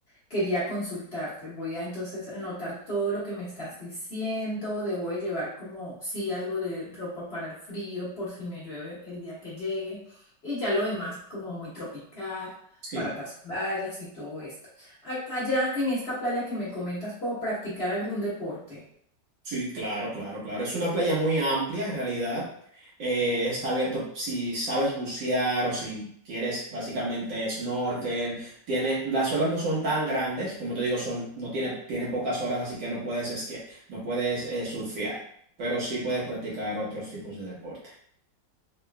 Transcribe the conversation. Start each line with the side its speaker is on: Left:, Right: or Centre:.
Left: quería consultarte. Voy a entonces anotar todo lo que me estás diciendo. Debo de llevar como sí algo de ropa para el frío por si me llueve el día que llegue. Y ya lo demás como muy tropical
Right: Sí.
Left: para las playas y todo esto. A- Allá en esta playa que me comentas, ¿puedo practicar algún deporte?
Right: Sí, claro, claro, claro. Es una playa muy amplia en realidad. Eh, está abierto si sabes bucear o si quieres básicamente snorkel. Tiene, las olas no son tan grandes, como te digo, son, no tiene, tiene pocas olas, así que no puedes esquiar, no puedes eh, surfear, pero sí puedes practicar otros tipos de deporte.